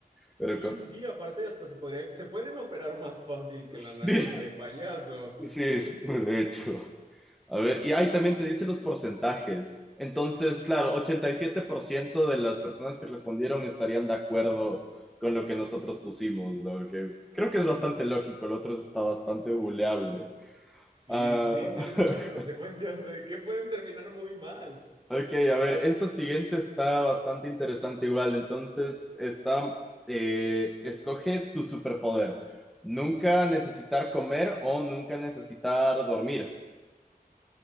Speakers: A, on the right; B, in the centre.
A: Sí,
B: Pero con-
A: sí, sí, aparte hasta se podría, se pueden operar más fácil que
B: sí,
A: la nariz de
B: <laughs>
A: payaso.
B: sí,
A: <laughs>
B: sí, de hecho. A ver, y ahí también te dice los porcentajes. Entonces, claro, 87% de las personas que respondieron estarían de acuerdo con lo que nosotros pusimos, ¿no? que es- creo que es bastante lógico, el otro está bastante buleable.
A: Sí,
B: Ah,
A: sí, tiene
B: <laughs>
A: muchas consecuencias eh, que pueden terminar muy mal.
B: ok, a ver, esta siguiente está bastante interesante igual. Entonces, está, eh, escoge tu superpoder. Nunca necesitar comer o nunca necesitar dormir.